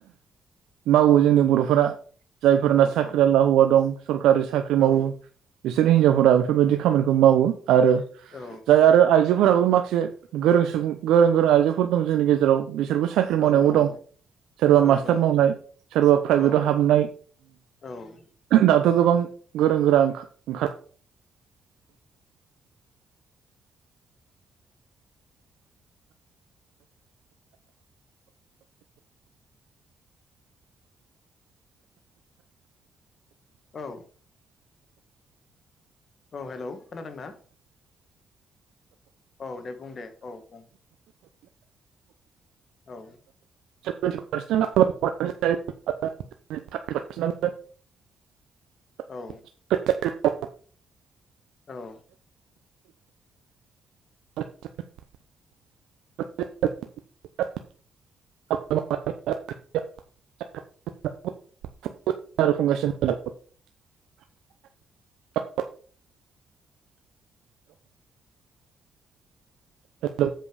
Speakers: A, on the right; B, on the left.
A: मावो जोंनि बर'फोरा जायफोरना साख्रियाला
B: औ
A: हौवा दं सरकारि साख्रि
B: औ
A: मावो बिसोर हिन्जावफोरा बेफोरबायदि खामानिखौ मावो आरो
B: औ
A: जाय आरो आइजो आफोराबो माखासे गोरों सुबुं गोरों गोरों आइजोफोर दं जोंनि गेजेराव बिसोरबो साख्रि मावनायावबो
B: औ दङ
A: दं सोरबा
B: औ
A: मास्टार
B: दं
A: मावनाय सोरबा प्राइभेटआव
B: औ
A: हाबनाय
B: औ
A: द' थ' गोबां गोरों गोरां ओंखार
B: औ औ हेल' खोनादोंना औ दे बुं दे औ बुं। औ
A: <inaudible> <inaudible>
B: औ
A: <inaudible>
B: औ
A: <unintelligible> फगासिनो हेलौ